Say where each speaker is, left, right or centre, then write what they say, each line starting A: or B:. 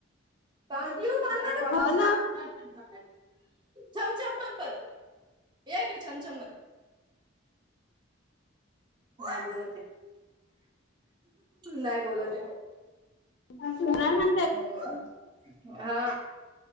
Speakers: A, on the right; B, on the left.
A: प मणारच्या
B: हो
A: छम
B: ना
A: छम. चमचमण परत हेगड चमचमण. नाही बोलते नाही बोलत.
B: <unintelligible>
A: अ हा